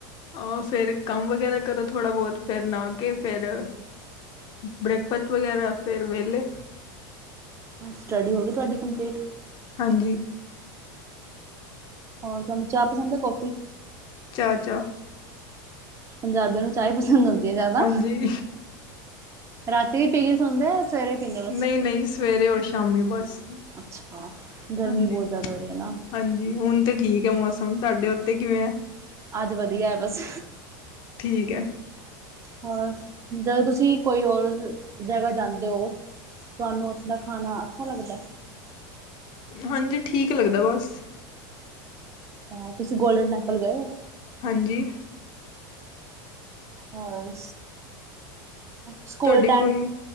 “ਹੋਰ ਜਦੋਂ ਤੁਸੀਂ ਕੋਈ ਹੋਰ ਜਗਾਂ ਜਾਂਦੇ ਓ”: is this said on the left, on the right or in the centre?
Right